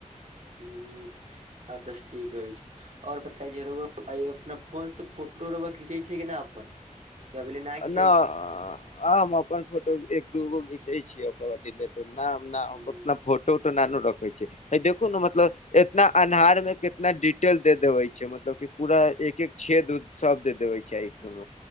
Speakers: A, on the right; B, on the left.
A: हुं, आ तस ठीक अछि। आओर बतायै, अपना फोन से फोटो रउवा खीचै छियै कि न अपन। कि अभीले ना खिचै
B: नहि
A: छै
B: हम अपन फोटो एक दूगो घिचै छियै, अपन अथि लै। त
A: हूं
B: उतना फोटो -उटो ना रखै छै। देखू ने मतलब, इतना अन्हार मे कितना डिटेल दे देबे छै, मतलब कि पूरा एक- एक छेद उद शब्द देखबे छै, आइफोन